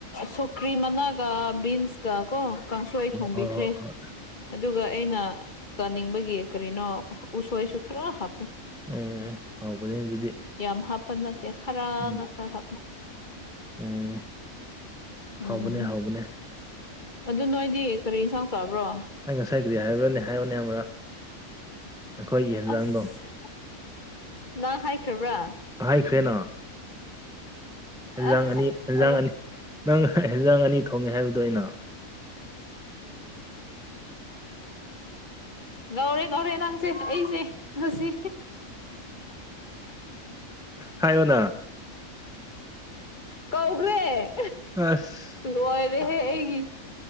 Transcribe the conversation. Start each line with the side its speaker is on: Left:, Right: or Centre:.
Left: ꯁꯧꯒ꯭ꯔꯤ ꯃꯅꯥꯒ ꯕꯤꯟꯁꯀ ꯀꯣ ꯀꯥꯡꯁꯣꯏ ꯊꯣꯡꯕꯤꯈ꯭ꯔꯦ
Centre: ꯍꯣꯏ ꯍꯣꯏ ꯍꯣꯏ
Left: ꯑꯗꯨꯒ ꯑꯩꯅ ꯆꯥꯅꯤꯡꯕꯒꯤ ꯀꯔꯤꯅꯣ ꯎꯁꯣꯏꯁꯨ ꯈꯔ ꯍꯥꯞꯄꯦ
Centre: ꯎꯝ ꯍꯧꯕꯅꯦ ꯑꯗꯨꯗꯤ
Left: ꯌꯥꯝ ꯍꯥꯞꯄ ꯅꯠꯇꯦ ꯈꯔ
Centre: ꯎꯝ
Left: ꯉꯥꯛꯇ ꯍꯥꯞ
Centre: ꯎꯝ
Left: ꯎꯝ
Centre: ꯍꯥꯎꯕꯅꯦ ꯍꯥꯎꯕꯅꯦ
Left: ꯑꯗꯨ ꯅꯣꯏꯗꯤ ꯀꯔꯤ ꯌꯦꯟꯁꯥꯡ ꯆꯥꯕ꯭ꯔꯣ
Centre: ꯑꯩ ꯉꯁꯥꯏ ꯀꯔꯤ ꯍꯥꯏꯕꯔꯅꯦ ꯍꯥꯏꯔꯌꯨꯅꯦ ꯑꯃꯨꯔꯛ ꯑꯩꯈꯣꯏꯒꯤ ꯌꯦꯟꯖꯥꯡꯗꯣ
Left: ꯑꯁ ꯅꯪ ꯍꯥꯏꯈ꯭ꯔꯕ꯭ꯔꯥ
Centre: ꯍꯥꯏꯈ꯭ꯔꯦꯅ ꯑꯦꯟꯖꯥꯡ
Left: ꯑꯁ
Centre: ꯑꯅꯤ ꯑꯦꯟꯖꯥꯡ ꯑꯅꯤ ꯅꯪ ꯑꯦꯟꯖꯥꯡ ꯑꯅꯤ ꯊꯣꯡꯉꯦ ꯍꯥꯏꯕꯗꯣ ꯑꯩꯅ
Left: ꯉꯥꯎꯔꯦ ꯉꯥꯎꯔꯦ ꯅꯥꯡꯁꯦ ꯑꯩꯁꯦ ꯉꯁꯤ
Centre: ꯍꯥꯏꯌꯣꯅꯥ
Left: ꯀꯧꯈ꯭ꯔꯦ
Centre: ꯑꯁ
Left: ꯂꯣꯏꯔꯦꯍꯦ ꯑꯩꯒꯤ